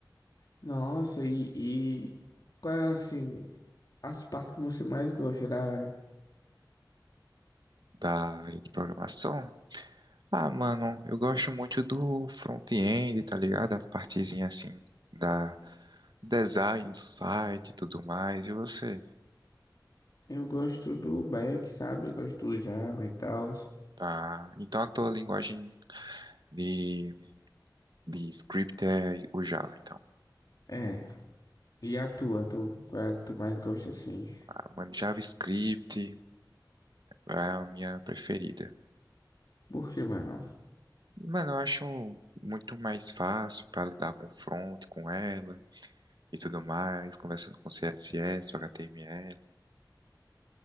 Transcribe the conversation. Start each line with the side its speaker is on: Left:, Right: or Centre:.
Left: Nossa, e, e qual é assim as partes que você mais gosta da área?
Right: da área de programação. Ah, mano, eu gosto muito do front-end, tá ligado? A partezinha assim da design, do site e tudo mais. E você?
Left: Eu gosto do back, sabe? Gosto do Java e tal.
Right: Tá. Então a tua linguagem De, de script é o Java, então.
Left: É. E a tua, tu, qual é a que tu mais gosta assim?
Right: Ah, Mano, JavaScript é a minha preferida.
Left: Por que, mano?
Right: Mano, eu acho muito mais fácil para lidar com front, com ela e tudo mais, conversando com CSS, HTML.